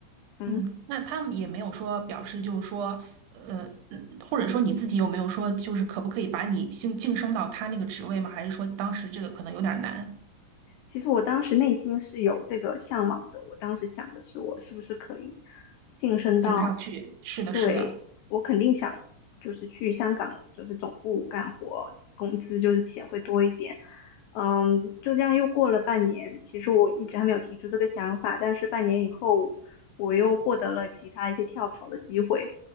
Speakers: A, on the left (about 80°); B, on the right (about 75°).
A: 嗯。
B: 嗯，那他们也没有说表示，就是说，呃，嗯或者说你自己有没有说，就是可不可以把你晋晋升到他那个职位吗？还是说当时这个可能有点难
A: 其实我当时内心是有这个向往的，我当时想的是我是不是可以晋升到，
B: 顶上去？是的，
A: 对，
B: 是的，
A: 我肯定想就是去香港就是总部干活，工资就是钱会多一点。嗯，就这样又过了半年，其实我一直还没有提出这个想法，但是半年以后我又获得了其他一些跳槽的机会。